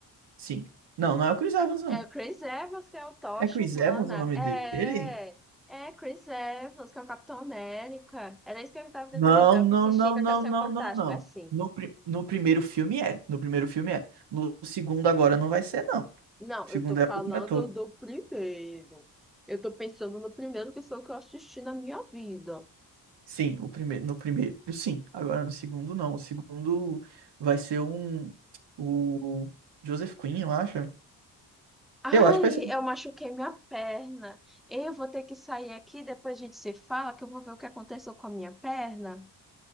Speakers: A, on the right; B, in the centre.
A: Sim. Não, não é o Chris Evans, não.
B: É o Chris Evans que é o Tocha
A: É Chris
B: Humana.
A: Evans o nome
B: É,
A: dele?
B: é Chris Evans, que é o Capitão América. Era isso que eu tava tentando
A: Não,
B: lembrar,
A: não,
B: que se estica
A: não, não,
B: que
A: não,
B: é o Fantástico.
A: não, não.
B: É assim.
A: No, pri- no primeiro filme é. No primeiro filme é. No segundo agora não vai ser, não.
B: Não,
A: O segundo
B: eu tô falando
A: é outro ator.
B: do primeiro. Eu tô pensando no primeiro que foi o que eu assisti na minha vida.
A: Sim, o primeiro, no primeiro sim. Agora no segundo não. O segundo vai ser um. O Joseph Quinn, eu acho.
B: Ai,
A: Eu acho que vai ser.
B: eu machuquei minha perna. Eu vou ter que sair aqui, depois a gente se fala, que eu vou ver o que aconteceu com a minha perna.